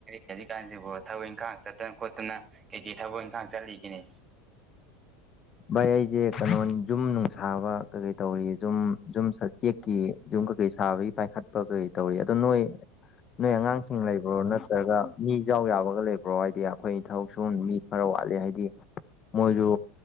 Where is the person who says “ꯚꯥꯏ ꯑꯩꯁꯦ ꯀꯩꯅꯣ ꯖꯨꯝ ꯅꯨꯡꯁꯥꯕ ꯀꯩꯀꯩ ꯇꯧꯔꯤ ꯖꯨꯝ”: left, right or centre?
Left